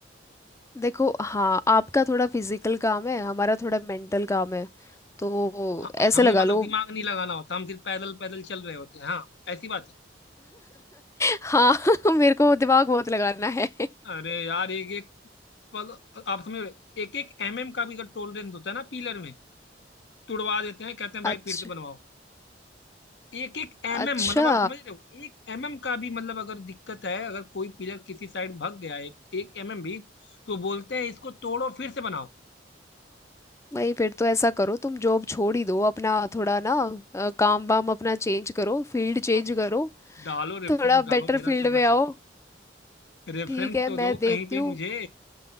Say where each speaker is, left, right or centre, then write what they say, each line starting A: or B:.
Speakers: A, on the left; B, on the left.
A: देखो हाँ आपका थोड़ा फिजिकल काम है हमारा थोड़ा मेंटल काम है तो
B: ह-
A: ऐसे
B: हमें
A: लगा
B: मतलब
A: लो
B: दिमाग नहीं लगाना होता हम सिर्फ पैदल पैदल चल रहे होते हैं हाँ ऐसी बात है
A: हाँ <laughs> मेरे को दिमाग बहुत लगाना है
B: अरे यार एक एक मतलब आप समझ रहे एक एक एमएम का भी अगर टोलरेंस होता है ना पिलर में तुड़वा देते हैं कहते हैं
A: अच्छा
B: भाई फिर से बनवाओ एक एक एमएम
A: अच्छा
B: मतलब आप समझ रहे हो एक एमएम का भी मतलब अगर दिक्कत है अगर कोई पिलर किसी साइड भग गया एक एक एमएम भी तो बोलते हैं इसको तोड़ो फिर से बनाओ
A: भाई फिर तो ऐसा करो तुम जॉब छोड़ ही दो अपना थोड़ा ना अ, काम वाम अपना चेंज करो फील्ड चेंज
B: तो
A: करो
B: डालो रेफरेंस
A: थोड़ा
B: डालो
A: बेटर
B: मेरा
A: फील्ड
B: सब
A: में
B: ना
A: आओ
B: छोड़ो रेफरेंस
A: ठीक है
B: तो
A: मैं
B: दो
A: देखती
B: कहीं पे
A: हूँ
B: मुझे